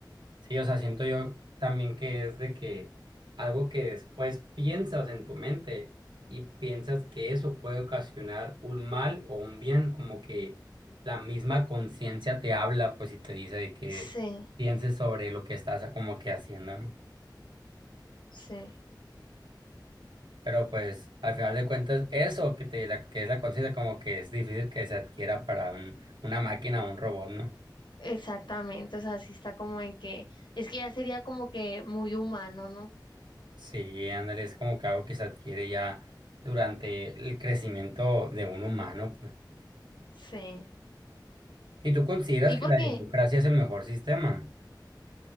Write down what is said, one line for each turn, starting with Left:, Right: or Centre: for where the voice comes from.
Right: Sí, o sea, siento yo también que es de que algo que después piensas en tu mente y piensas que eso puede ocasionar un mal o un bien, como que la misma conciencia te habla, pues, y te dice de que
Left: Sí,
Right: pienses sobre lo que estás como que haciendo, ¿no?
Left: sí.
Right: Pero pues, al final de cuentas, eso que te, la- que es la conciencia, como que es difícil que se adquiera para un, una máquina o un robot, ¿no?
Left: Exactamente, o sea, sí está como en que, es que ya sería como que muy humano, ¿no?
Right: Sí, ándale, es como que algo que se adquiere ya durante el crecimiento de un humano, pues.
Left: Sí,
Right: ¿Y tú consideras
Left: sí,
Right: que
Left: porque,
Right: la democracia es el mejor sistema?